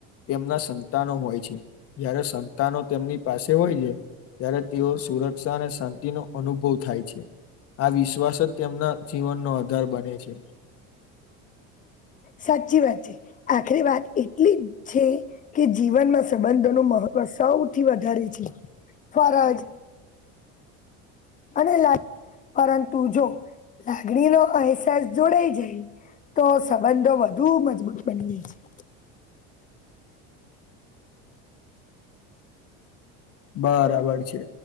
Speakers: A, on the left; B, on the left.
A: તેમના સંતાનો હોય છે જ્યારે સંતાનો તેમની પાસે હોય છે ત્યારે તેઓ સુરક્ષા અને શાંતિનોો અનુભવ થાય છે આ વિશ્વાસ જ તેમના જીવનનો આધાર બને છે
B: સાચી વાત છે આખરી વાત એટલી છે કે જીવનમાં સંબંધ નું મહત્વ સૌથી વધારે છે ફરજ અને લ પરંતુ જો લાગણીનોો અહેસાસ જોડાઈ જાય તો સંબંધો વધુ મજબૂત બની ગાય છે
A: બરાબર છે